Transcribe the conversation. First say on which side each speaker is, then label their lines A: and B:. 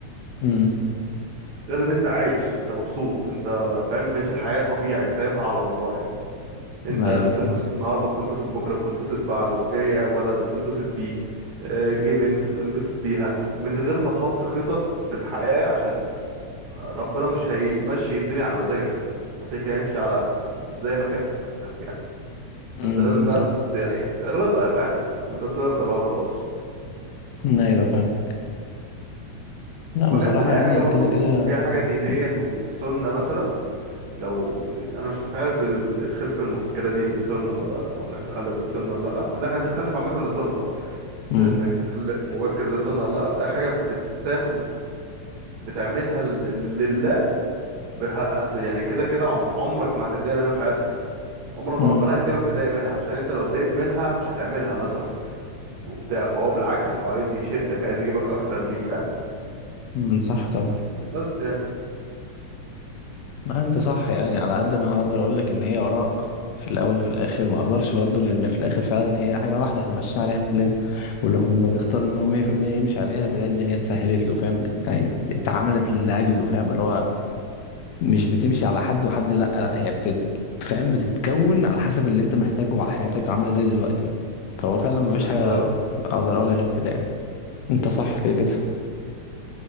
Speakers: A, on the left; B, on the right.
A: امم
B: غير ان انت عايش انت مبسوط انت فاهم ماشي الحياة طبيعي سايبها على الله يعني انت
A: ايوه
B: بتنبسط
A: فاهم
B: النهارده بتنبسط بكره بتنبسط بعده جاي ولد بتنبسط بيه آه، جه بنت بتنبسط بيها من غير ما تحط خطط في الحياة عشان ربنا مش هيمشي الدنيا على مزاجك اوكي كده هيمشي على زي ما كانت يعني
A: امم
B: فانت لازم بقى
A: صح
B: ت- يعني الرضا يا فاهم ان انت ترضى بقى وخلاص
A: ايوه فاهم لا
B: وبحس
A: بصراحة
B: ان اي
A: يعني
B: حاجه برضو
A: كده كده
B: فيها حاجه دينيا
A: امم
B: وسنه مثلا لو انا مش عارف ال- الخلفه المبكره دي سنه ولا لا وان احنا نخلف ده سنه ولا لا ان احنا نتخلف عامه ده سنه طبعا بس
A: امم
B: انك تخلف مبكر ده سنه ولا لا بس اي حاجه بتاخد بت- بتعملها ل- لله بها هت يعني كده كده عم- عمرك ما هتتضايق منها في حياتك عمر ما
A: امم
B: ربنا هيسيبك تضايق منها عشان انت لو اتضايقت منها مش هتعملها مثلا وبتاع فهو بالعكس هو عايز يشدك عايز يجيبك اكتر ليه فاهم
A: مم، صح طبعا
B: بس يعني
A: ما انت صح يعني على قد ما هقدر اقول لك ان هي اراء في الاول وفي الاخر ما اقدرش برضه لان في الاخر فعلا هي حاجه واحده احنا ماشيين عليها كلنا والواحد لما بيختار ان هو 100% يمشي عليها بيلاقي الدنيا اتسهلت له فاهم يعني اتعملت لاجله فاهم اللي هو مش بتمشي على حد وحد لا لا هي بتت فاهم بتتكون على حسب اللي انت محتاجه وحياتك عامله ازاي دلوقتي فهو فعلا ما
B: بالظبط
A: فيش حاجه اقدر اقولها غير كده يعني انت صح كده كده